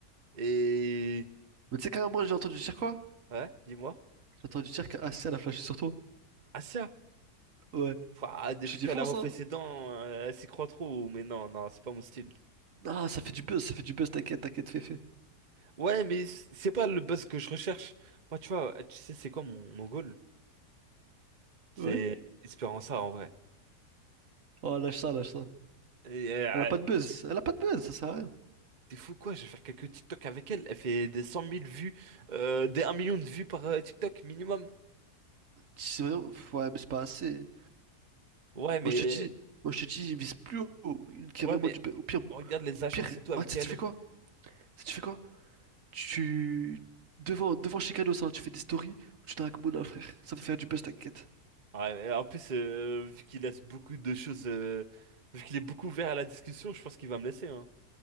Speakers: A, on the right; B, on the right.
A: Et...
B: Mais tu sais, quand même, moi, j'ai entendu dire quoi?
A: Ouais, dis-moi.
B: J'ai entendu dire qu'Assel a flashé sur toi.
A: Ah ça!
B: Ouais.
A: Enfin, depuis
B: Je suis défonce,
A: qu'elle a refait ses dents, euh, elle s'y croit trop. Mais non, non, c'est pas mon style.
B: Ah, ça fait du buzz, ça fait du buzz, t'inquiète, t'inquiète, fais, fais.
A: Ouais, mais c- c'est pas le buzz que je recherche. Moi, tu vois, tu sais, c'est quoi mon, mon goal? C'est
B: Ouais.
A: Espéranza en vrai.
B: Oh, lâche ça, lâche ça.
A: Et, euh,
B: Elle a pas de buzz, elle a pas de buzz, ça sert à rien.
A: t'es fou quoi? Je vais faire quelques TikTok avec elle. Elle fait des cent mille vues, euh, des un million de vues par euh, TikTok minimum.
B: C'est vraiment... pff, Ouais, mais c'est pas assez.
A: Ouais, mais
B: Moi, je te dis, moi, je te dis, il vise plus haut, qu'il y
A: ouais,
B: a vraiment
A: mais
B: du buzz. Au pire,
A: regarde les
B: au
A: agences
B: pire,
A: et tout avec
B: ah, tu sais,
A: elle.
B: tu fais
A: est.
B: quoi? Tu sais, tu fais quoi? Tu... Devant, devant Chicanos, ça tu fais des stories où tu dragues Mouna, frère. Ça va faire du buzz, t'inquiète.
A: Ouais, et en plus, euh, vu qu'il laisse beaucoup de choses, euh, vu qu'il est beaucoup ouvert à la discussion, je pense qu'il va me laisser, hein.